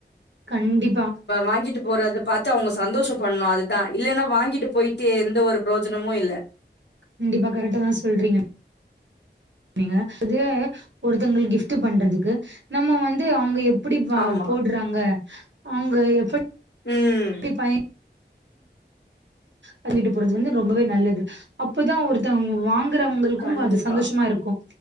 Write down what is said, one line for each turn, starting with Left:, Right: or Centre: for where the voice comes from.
Right: கண்டிப்பா
Left: வாங்கிட்டு போறத பாத்து அவங்க சந்தோஷ படணு அதுதா இல்லன்னா வாங்கிட்டு போய்ட்டு எந்த ஒரு ப்ரோஜனமு இல்ல
Right: கண்டிப்பா கரெக்டாதா சொல்றீங்க நீங்க <inaudible> ஒருத்தங்கள் கிஃப்ட் பண்றதுக்கு நம்ம வந்து அவங்க எப்படி
Left: ஆமா
Right: போடுறாங்க அவங்க எப்படி
Left: ம்
Right: <unintelligible> வாங்கிட்டு போறது வந்து ரொம்பவே நல்லது அப்போதா ஒருத்தங்க வாங்க வாங்குறவங்களுக்கு
Left: கண்டிப்பா
Right: அது சந்தோஷமா இருக்கு